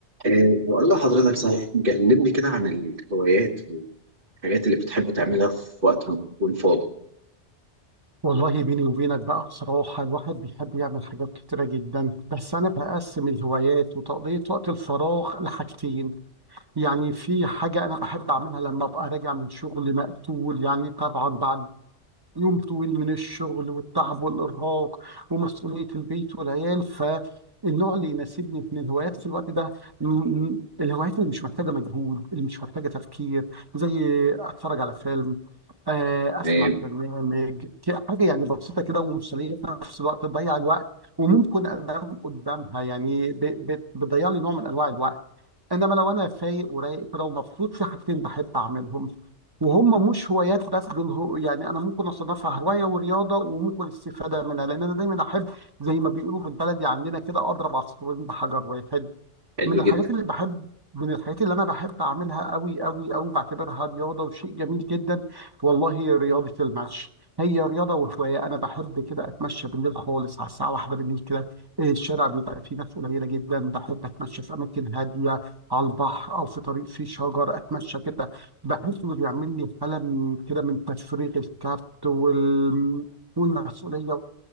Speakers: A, on the right (about 50°); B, on the right (about 20°).
A: أه بقول لحضرتك صحيح كلمني كده عن الهوايات والحاجات اللي بتحب تعملها في وقت ما تكون فاضي
B: والله بيني وبينك بقى بصراحة الواحد بيحب يعمل حاجات كتيرة جدا بس أنا بقسم الهوايات وتقضية وقت الفراغ لحاجتين يعني في حاجة أنا بحب أعملها لما أبقى راجع من شغل مقتول يعني طبعا بعد يوم طويل من الشغل والتعب والإرهاق ومسؤولية البيت والعيال فالنوع اللي يناسبني من الهوايات في الوقت ده م- م- الهوايات اللي مش محتاجة مجهود اللي مش محتاجة تفكير زي أتفرج على فيلم آه، اسمع
A: تمام
B: برنامج ك- حاجه يعني بسيطه كده ومسليه في نفس الوقت تضيع الوقت وممكن انام قدامها يعني ب- بت- بتضيع لي نوع من انواع الوقت انما لو انا فايق ورايق كده ومبسوط في حاجتين بحب اعملهم وهم مش هوايات بس دول هو يعني انا ممكن اصنفها هوايه ورياضه وممكن استفاده منها لان انا دايما احب زي ما بيقولوا بالبلدي عندنا كده اضرب عصفورين بحجر واحد
A: حلو
B: من
A: جدا
B: الحاجات اللي بحب من الحاجات اللي انا بحب اعملها قوي قوي قوي بعتبرها رياضه وشيء جميل جدا والله هي رياضه المشي هي رياضه وهوايه انا بحب كده اتمشى بالليل خالص على الساعه واحدة بالليل كده الشارع بيبقى فيه ناس قليله جدا بحب اتمشى في اماكن هاديه على البحر او في طريق فيه شجر اتمشى كده بحس انه بيعمل لي حاله من كده من تفريغ الكبت وال والمسؤوليه